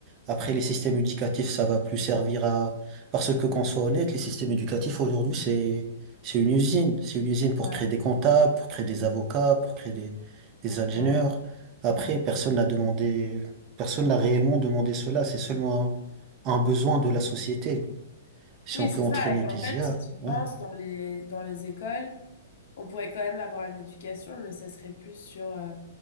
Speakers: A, on the right (about 35°); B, on the left (about 65°).
A: Après, les
B: non,
A: systèmes
B: non,
A: éducatifs, ça va plus servir à... Parce que qu'on soit honnête, les systèmes éducatifs aujourd'hui, c'est c'est une usine. C'est une usine pour
B: ouais,
A: créer des comptables, pour créer des avocats, pour créer des, des ingénieurs.
B: ouais.
A: Après, personne n'a demandé, personne n'a réellement demandé cela. C'est seulement un, un besoin de la société. Si
B: Oui,
A: on peut
B: c'est
A: entraîner
B: ça. Et qu'en
A: des
B: fait,
A: IA,
B: si tu penses
A: ouais.
B: dans les dans les écoles, on pourrait quand même avoir une éducation, mais ça serait plus sur euh,